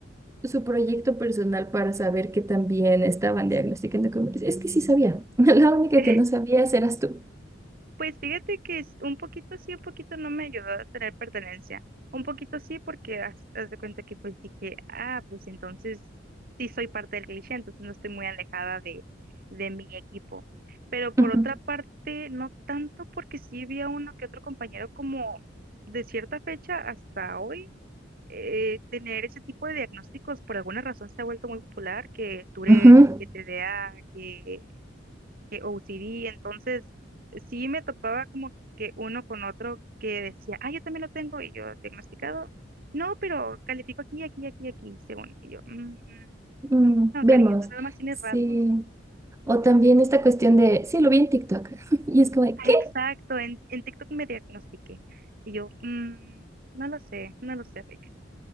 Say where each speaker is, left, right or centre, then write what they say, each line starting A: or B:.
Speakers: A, on the right; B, on the right.
A: su proyecto personal para saber que también estaban diagnosticando como, es que sí sabía, <laughs> la única
B: <laughs>
A: que no sabías eras tú.
B: Pues fíjate que es un poquito sí, un poquito no me ayudó a tener pertenencia. Un poquito sí, porque haz, haz de cuenta que pues dije, ah, pues entonces sí soy parte del cliché, entonces no estoy muy alejada de, de mi equipo. Pero por
A: Ujú.
B: otra parte, no tanto porque sí había uno que otro compañero como de cierta fecha hasta hoy, eh, tener ese tipo de diagnósticos por alguna razón se ha vuelto muy popular, que Tourette,
A: Ujú.
B: que TDA, que que OCD, entonces sí me topaba como que uno con otro que decía, ah, yo también lo tengo, y yo, diagnosticado, no, pero califico aquí, aquí, aquí, aquí, según, y yo, "Mm,
A: Mm,
B: no,
A: vemos,
B: cariño, tú nada más tienes
A: sí.
B: rasgos.
A: O también esta cuestión de, sí, lo vi en TikTok. <laughs> Y es como, de, ¿qué?
B: "Ah, exacto, en, en TikTok me diagnostiqué, y yo, "Mm, no lo sé, no lo sé, Rick.